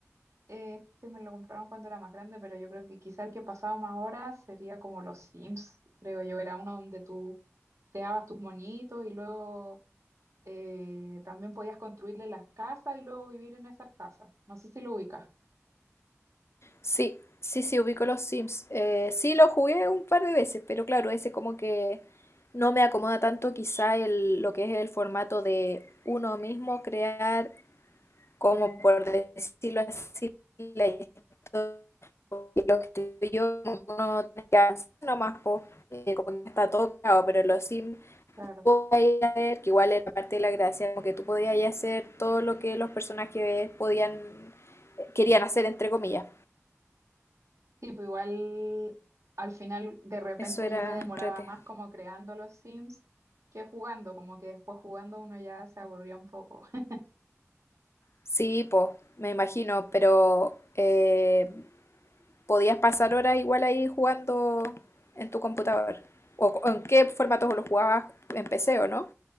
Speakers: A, on the right; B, on the left.
A: Este me lo compraron cuando era más grande, pero yo creo que quizá el que pasaba más horas sería como los Sims, creo yo. Era uno donde tú creabas tus monitos y luego eh, también podías construirle las casas y luego vivir en esas casas. No sé si lo ubicas.
B: Sí, sí, sí, ubico los Sims. Eh, sí, lo jugué un par de veces, pero claro, ese como que no me acomoda tanto quizá el, lo que es el formato de uno mismo crear, como por decirlo así, la historia, porque lo que yo no tiene que hacer nomás, po, eh, como que está todo creado, pero en los Sims
A: Claro.
B: podía ver que igual era parte de la gracia, como que tú podías ahí hacer todo lo que los personajes podían, querían hacer, entre comillas.
A: Sí, pues igual al final de repente
B: Eso era
A: yo me demoraba
B: entrete.
A: más como creando los Sims que jugando, como que después jugando uno ya se aburría un poco. <laughs>
B: Sí, po, me imagino, pero eh, podías pasar horas igual ahí jugando en tu computador. ¿O co- en qué formato lo jugabas en PC o no?